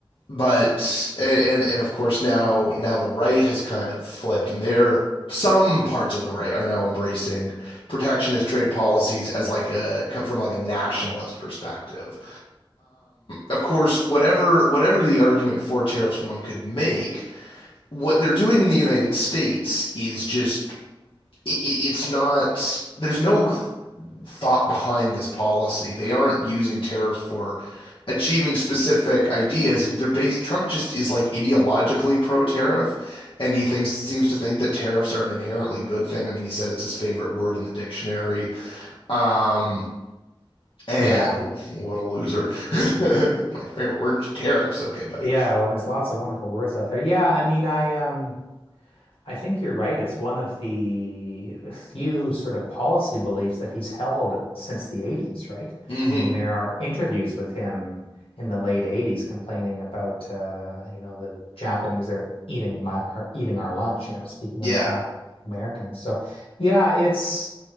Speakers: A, on the left; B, on the left.
A: but and and of course now now the right has kind of flipped, and they're some parts of the right are now embracing protectionist trade policies as like a from like a nationalist perspective. Of course, whatever whatever the argument for tariffs one could make, what they're doing in the United States is just it, it's not there's no thought behind this policy. They aren't using tariffs for achieving specific ideas. They're based Trump just is like ideologically pro tariff and he thinks seems to think that tariffs are an inherently good thing. I mean, he said it's his favorite word in the dictionary. Um and
B: Yeah.
A: oh, what a loser. <laughs> My favorite word is tariffs. Okay, buddy.
B: Yeah, well, there's lots of wonderful words out there. Yeah, I mean, I um I think you're right. It's one of the few sort of policy beliefs that he's held since the 80s, right?
A: Mhm.
B: I mean, there are interviews with him in the late 80s complaining about, uh, you know, the Japanese are eating my are eating our lunch, you know, speaking
A: Yeah.
B: on behalf of Americans. So, yeah, it's